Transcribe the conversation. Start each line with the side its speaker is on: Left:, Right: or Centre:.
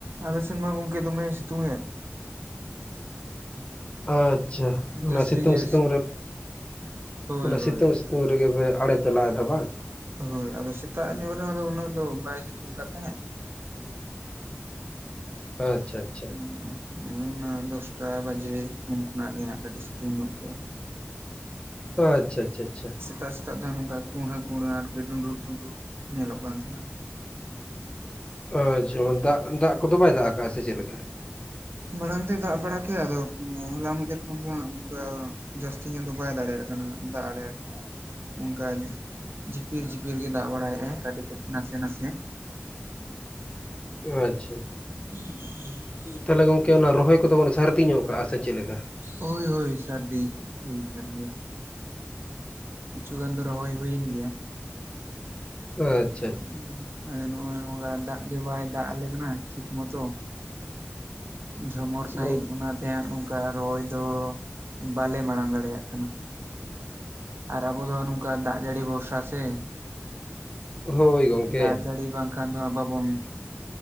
Right: ᱟᱞᱮ ᱥᱮᱱ ᱢᱟ ᱜᱚᱝᱠᱮ ᱫᱚᱢᱮᱭ ᱥᱤᱛᱩᱝᱮᱫ᱾
Left: ᱟᱪ ᱪᱷᱟ, ᱚᱱᱟ
Right: ᱡᱟᱹᱥᱛᱤ
Left: ᱥᱤᱛᱩᱝ
Right: ᱜᱮ
Left: ᱥᱤᱛᱩᱝ ᱨᱮ,
Right: ᱦᱳᱭ
Left: ᱚᱱᱟ
Right: ᱦᱳᱭ
Left: ᱥᱤᱛᱩᱝ ᱥᱤ ᱛᱩᱝ ᱨᱮᱜᱮ ᱯᱮ ᱟᱲᱮ ᱯᱮ ᱞᱟᱜ ᱮᱫᱟ ᱵᱟᱝ?
Right: ᱦᱳᱭ ᱟᱫᱚ ᱥᱮᱛᱟᱜ ᱧᱚᱜ ᱨᱮᱦᱚᱸ ᱫᱚ ᱩᱱᱟᱹᱜ ᱫᱚ ᱵᱟᱭ ᱥᱤᱛᱩᱝ ᱠᱟᱜ ᱛᱟᱦᱮᱸᱫ,
Left: <unintelligible>
Right: <unintelligible> ᱚᱱᱟ ᱫᱚᱥᱴᱟ ᱵᱟᱡᱮ ᱩᱱ ᱠᱷᱚᱱᱟᱜ ᱜᱮ ᱦᱟᱸᱜ ᱠᱟᱹᱴᱤᱡ ᱥᱤᱛᱩᱝ ᱧᱚᱜ ᱠᱮᱜ-ᱟᱭ᱾
Left: ᱚ ᱟᱪᱪᱷᱟ ᱟᱪᱪᱷᱟ ᱟᱪᱪᱷᱟ᱾
Right: ᱥᱮᱛᱟᱜ ᱥᱮᱛᱟᱜ ᱛᱮ ᱱᱚᱝᱠᱟ ᱠᱩᱸᱲᱦᱟᱹ ᱠᱩᱸᱲᱦᱟᱹ ᱟᱨᱠᱤ ᱰᱩᱸᱲᱨᱩᱜ ᱰᱩᱸᱰᱨᱩᱜ ᱧᱮᱞᱚᱜ ᱠᱟᱱ ᱛᱟᱦᱮᱸᱫ᱾
Left: ᱚ ᱟᱪᱪᱷᱟ <inaudible> ᱫᱟᱜ ᱫᱟᱜ ᱠᱚᱫᱚ ᱵᱟᱭ ᱫᱟᱜ ᱟᱠᱟᱫᱼᱟ ᱥᱮ ᱪᱮᱫ ᱞᱮᱠᱟ?
Right: ᱢᱟᱲᱟᱝ ᱫᱚᱭ ᱫᱟᱜ ᱵᱟᱲᱟ ᱠᱮᱜ-ᱟ ᱟᱫᱚ ᱦᱚᱞᱟ ᱢᱟᱫᱷᱮᱨ ᱠᱷᱚᱱ ᱫᱚ ᱦᱟᱸᱜ ᱚᱝᱠᱟ ᱡᱟᱹᱥᱛᱤ ᱧᱚᱜ ᱫᱚ ᱵᱟᱭ ᱫᱟᱲᱮᱭᱟᱜ ᱠᱟᱱᱟ ᱫᱟᱜ ᱫᱟᱲᱮᱭᱟᱜ ᱠᱟᱱᱟ᱾ ᱚᱝᱠᱟ, ᱡᱷᱤᱯᱤᱨ ᱡᱷᱤᱯᱤᱨ ᱜᱮᱭ ᱫᱟᱜ ᱵᱟᱲᱟᱭᱮᱜ-ᱟᱭ ᱠᱟᱹᱴᱤᱡ ᱠᱟᱹᱴᱤᱡ ᱱᱟᱥᱮ ᱱᱟᱥᱮ,
Left: ᱚ ᱟᱪᱪᱷᱟ᱾
Right: <inaudible>
Left: ᱛᱟᱦᱚᱞᱮ ᱜᱚᱝᱠᱮ ᱚᱱᱟ ᱨᱚᱦᱚᱭ ᱠᱚᱫᱚ ᱵᱚᱱ ᱥᱟᱨᱫᱤ ᱧᱚᱜ ᱠᱟᱜᱼᱟ ᱥᱮ ᱪᱮᱫ ᱞᱮᱠᱟ?
Right: ᱦᱳᱭ ᱦᱳᱭ ᱥᱟᱨᱫᱤ ᱦᱩᱭ ᱠᱟᱱ ᱜᱮᱭᱟ᱾ ᱠᱤᱪᱷᱩ ᱜᱟᱱ ᱫᱚ ᱨᱚᱦᱚᱭ ᱦᱩᱭᱮᱱ ᱜᱮᱭᱟ᱾
Left: ᱟᱪ
Right: ᱩᱸᱻ ᱢᱟᱱᱮ ᱱᱚᱜᱼᱚᱭ ᱱᱚᱝᱠᱟ ᱫᱟᱜ ᱜᱮ ᱵᱟᱭ ᱫᱟᱜ ᱟᱞᱮ ᱠᱟᱱᱟ ᱴᱷᱤᱠ ᱢᱚᱛᱚ, ᱡᱷᱚᱢᱚᱨ ᱥᱟᱺᱦᱤᱡ
Left: ᱦᱳ-
Right: ᱚᱱᱟᱛᱮ ᱦᱟᱸᱜ ᱱᱚᱝᱠᱟ ᱨᱚᱦᱚᱭ ᱫᱚ ᱵᱟᱞᱮ ᱢᱟᱲᱟᱝ ᱫᱟᱲᱮᱭᱟᱜ ᱠᱟᱱᱟ᱾ ᱟᱨ ᱟᱵᱚ ᱫᱚ ᱱᱚᱝᱠᱟ ᱫᱟᱜ ᱡᱟᱹᱲᱤ ᱵᱷᱚᱨᱥᱟ ᱥᱮ,
Left: ᱦᱳᱭ ᱜᱚᱝᱠᱮ
Right: ᱫᱟᱜ ᱡᱟᱹᱲᱤ ᱵᱟᱝ ᱠᱟᱱ ᱨᱮᱦᱚᱸ ᱵᱟᱵᱚᱱ,